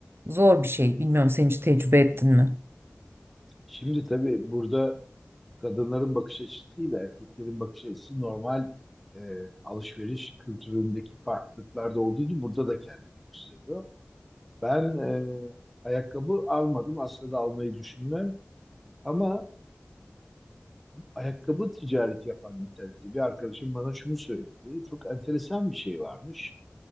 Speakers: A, on the right (about 55°); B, in the centre.
A: zor bir şey. Bilmiyorum sen hiç tecrübe ettin mi?
B: şimdi tabii burada kadınların bakış açısıyla erkeklerin bakış açısı normal e, alışveriş kültüründeki farklılıklarda olduğu gibi burada da kendini gösteriyor. Ben e, ayakkabı almadım. Aslında da almayı düşünmem. Ama ayakkabı ticareti yapan internette bir arkadaşım bana şunu söyledi. Çok enteresan bir şey varmış.